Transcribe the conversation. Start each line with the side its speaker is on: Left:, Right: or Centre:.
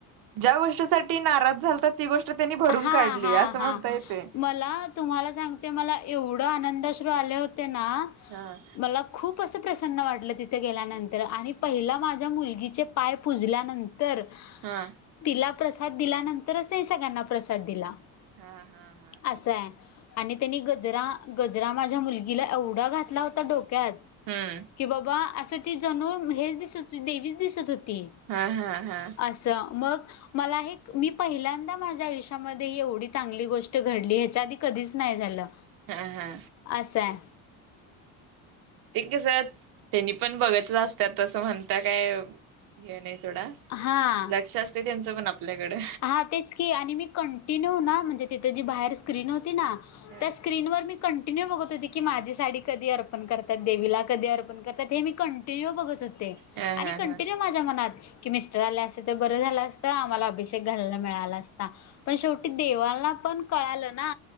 Right: ज्या गोष्टीसाठी नाराज झालतात ती गोष्ट त्यांनी भरून
Left: हा-हा-हा
Right: काढली असं म्हणता येते.
Left: मला तुम्हाला सांगते, मला एवढं आनंदश्रू आले होते ना
Right: हा.
Left: मला खूप असं प्रसन्न वाटलं तिथे गेल्यानंतर, आणि पहिला माझ्या मुलगीचे पाय पुजल्यानंतर तर
Right: हा.
Left: तिला प्रसाद दिल्यानंतरच त्यांनी सगळ्यांना प्रसाद दिला.
Right: हा-हा.
Left: असा हाय. आणि त्यांनी गजरा-गजरा माझ्या मुलगीला एवढा घातला होता डोक्यात
Right: हम्म.
Left: की बाबा, असं ती जणू हेच दिसत होती. देवीच दिसत होती.
Right: हा-हा-हा.
Left: च मग मला हे मी पहिल्यांदा माझ्या आयुष हेच्या मध्ये एवढी चांगली गोष्ट घडली. ह्याच्या आधी कधीच नाही झालं.
Right: हा-हा
Left: असाय.
Right: ते कस त्यांनी पण बघत असत तसं म्हणत काय हे नाही सोडा.
Left: हा
Right: लक्ष असते त्यांच पण आपल्याकडे.
Left: हा तेच की आणि मी कं ती नव ना म्हणजे तिथ जी बाहेर स्क्रीन होती ना
Right: ह
Left: त्या स्क्रिन वर मी कंटिन्यू बघत होते की, माझी साडी कधी अर्पण करतात देवीला, कधी अर्पण करतात, हे मी कंटिन्यू बघत होते.
Right: हा
Left: आणि
Right: हा
Left: कंटिन्यू
Right: हा
Left: माझ्या मनात कि मिस्टर आले अस तर बरं झालं असतं. आम्हाला अभि घला मिळाला असता. पण शेवटी देवाना पण कळालं ना